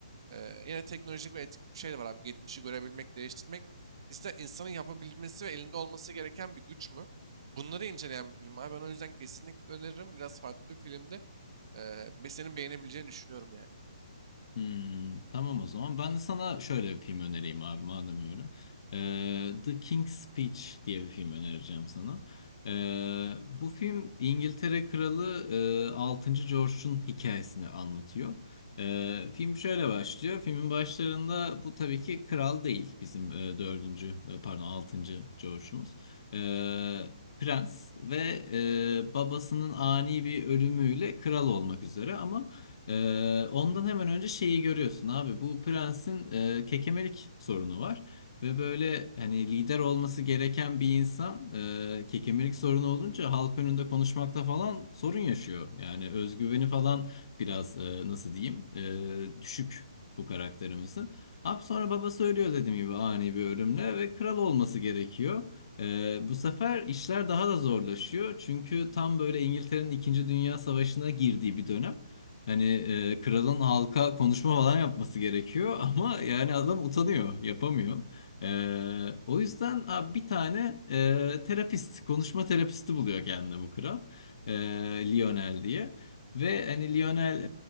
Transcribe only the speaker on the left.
Hmm, tamam o zaman. Ben de sana şöyle bir film önereyim abi madem öyle. Ee, The King's Speech diye bir film önereceğim sana. Ee, bu film İngiltere Kralı e, 6. George'un hikayesini anlatıyor. Ee, film şöyle başlıyor. Filmin başlarında bu tabii ki kral değil bizim e, 4. e, pardon altıncı George'umuz. Ee, prens ve e, babasının ani bir ölümüyle kral olmak üzere ama Ee, ondan hemen önce şeyi görüyorsun abi. Bu prensin e, kekemelik sorunu var. Ve böyle hani lider olması gereken bir insan e, kekemelik sorunu olunca halk önünde konuşmakta falan sorun yaşıyor. Yani özgüveni falan biraz e, nasıl diyeyim e, düşük bu karakterimizin. Abi sonra babası ölüyor dediğim gibi ani bir ölümle ve kral olması gerekiyor. Ee, bu sefer işler daha da zorlaşıyor. Çünkü tam böyle İngiltere'nin İkinci Dünya Savaşı'na girdiği bir dönem. Hani e, kralın halka konuşma falan yapması gerekiyor <laughs> ama yani adam utanıyor, yapamıyor. E, o yüzden abi bir tane e, terapist, konuşma terapisti buluyor kendine bu kral. E, Lionel diye. Ve hani Lionel